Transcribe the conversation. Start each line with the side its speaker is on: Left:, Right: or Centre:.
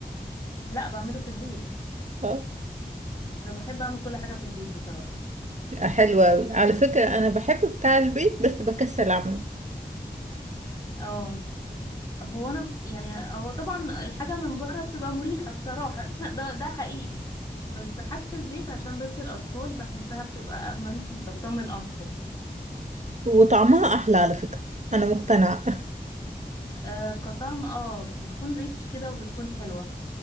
Left: لا بعمله في البيت
Right: اه
Left: انا بحب اعمل كل حاجه في البيت بصراحه
Right: حلوة اوي على فكرة انا بحب بتاع البيت بس بكسل اعمله
Left: اه هو انا يعني هو طبعا الحاجه من بره بتبقى مريحه بصراحه <laughs> ده ده حقيقي بس حاجه البيت عشان بس الاطفال بحسها بتبقى امن بطمن اكتر
Right: وطعمها احلى على فكرة انا مقتنعة <laughs>
Left: آه كطعم اه بتكون ريتش كده وبتكون حلوة